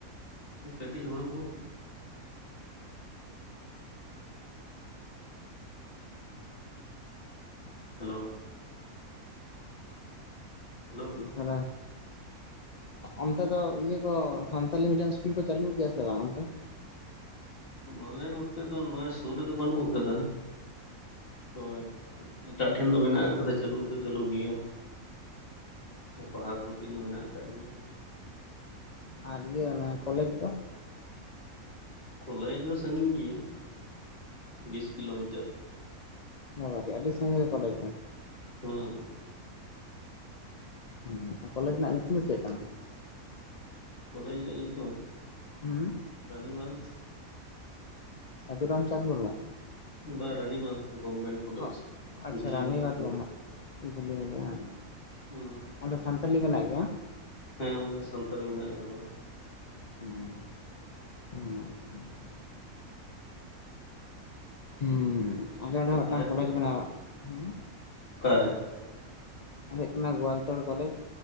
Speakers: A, on the left (about 40°); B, on the left (about 65°).
A: ᱠᱟᱹᱴᱤᱡ ᱦᱩᱲᱩ ᱠᱚ ᱦᱟᱞᱳ ᱾ ᱦᱟᱞᱳ ᱾
B: ᱛᱟᱦᱚᱞᱮ ᱚᱱᱛᱮ ᱫᱚ ᱤᱭᱟᱹ ᱠᱚ ᱥᱟᱱᱛᱟᱞᱤ ᱢᱤᱰᱤᱭᱟᱢ ᱤᱥᱠᱩᱞ ᱠᱚ ᱪᱟᱹᱞᱩ ᱜᱮᱭᱟ ᱥᱮ ᱵᱟᱝ ᱚᱱᱛᱮ?
A: ᱟᱞᱮ ᱱᱚᱛᱮ ᱫᱚ ᱱᱚᱜᱼᱚᱸᱭ ᱥᱩᱨ ᱨᱮᱫᱚ ᱵᱟᱹᱱᱩᱜ ᱠᱟᱫᱟ ᱾ ᱦᱳᱭ ᱮᱴᱟᱜ ᱴᱷᱮᱱ ᱫᱚ ᱢᱮᱱᱟᱜ ᱟᱠᱟᱫᱟ ᱪᱟᱹᱞᱩ ᱫᱚ ᱪᱟᱹᱞᱩ ᱜᱮᱭᱟ ᱾ ᱯᱟᱲᱦᱟᱣ ᱠᱚ ᱛᱤᱱᱟᱹᱜ ᱢᱮᱱᱟᱜ ᱟᱠᱟᱫ ᱜᱮᱭᱟ᱾
B: ᱟᱨ ᱤᱭᱟᱹ ᱚᱱᱟ ᱠᱳᱞᱮᱡᱽ ᱫᱚ,
A: ᱠᱳᱞᱮᱡᱽ ᱦᱚᱸ ᱥᱟᱺᱜᱤᱧ ᱜᱮᱭᱟ ᱵᱤᱥ ᱠᱤᱞᱳᱢᱤᱴᱟᱨ ᱾
B: ᱱᱚᱶᱟ ᱠᱟ. ᱴᱤᱡ ᱟᱹᱰᱤ ᱥᱟᱺᱜᱤᱧ ᱨᱮ ᱠᱳᱞᱮᱡᱽ ᱫᱚ ᱾
A: ᱦᱩᱸ
B: ᱦᱩᱸ ᱟᱨ ᱠᱳᱞᱮᱡᱽ ᱨᱮᱱᱟᱜ ᱧᱩᱛᱩᱢ ᱫᱚ ᱪᱮᱫ ᱠᱟᱱᱟ?
A: ᱠᱳᱞᱮᱡᱽ ᱨᱮᱭᱟᱜ ᱧᱩᱛᱩᱢ
B: ᱦᱩᱸ
A: ᱨᱟᱱᱤᱵᱟᱸᱱᱫᱷ,
B: ᱥᱟᱫᱷᱩᱨᱟᱢ ᱪᱟᱸᱫᱽ ᱢᱩᱨᱢᱩ ᱾
A: ᱵᱟ ᱨᱟᱱᱤᱵᱟᱸᱫᱷ ᱜᱚᱵᱷᱢᱮᱱᱴ ᱠᱳᱞᱮᱡᱽ
B: ᱚ ᱟᱪᱪᱷᱟ
A: ᱡᱷᱤᱞᱤᱢᱤᱞᱤ
B: ᱨᱟᱱᱤ ᱵᱟᱸᱫᱷᱩᱣᱟᱜ
A: ᱠᱷᱚᱱ,
B: ᱡᱷᱟᱹᱞᱤᱢᱟᱞᱤ ᱵᱟᱝ
A: <unintelligible>
B: ᱚᱸᱰᱮ ᱥᱟᱱᱛᱟᱞᱤ ᱢᱮᱱᱟᱜ ᱜᱮᱭᱟ ᱵᱟᱝ?
A: ᱦᱮᱸ ᱚᱸᱰᱮ ᱥᱟᱱᱛᱟᱞᱤ ᱢᱮᱱᱟᱜ ᱟᱠᱟᱫᱟ ᱾
B: <inaudible> ᱦᱩᱸ ᱟᱞᱮ ᱚᱸᱰᱮ ᱦᱚᱸ ᱢᱤᱫᱴᱟᱝ
A: ᱛᱟᱦᱮᱸ
B: ᱠᱳᱞᱮᱡᱽ
A: ᱫᱚ
B: ᱢᱮᱱᱟᱜᱼᱟ, ᱱᱚᱣᱟ
A: ᱚᱠᱟᱨᱮ
B: ᱫᱚ ᱦᱩᱭᱩᱜ ᱠᱟᱱᱟ ᱜᱚᱣᱟᱞᱴᱳᱲ ᱠᱳᱞᱮᱡᱽ,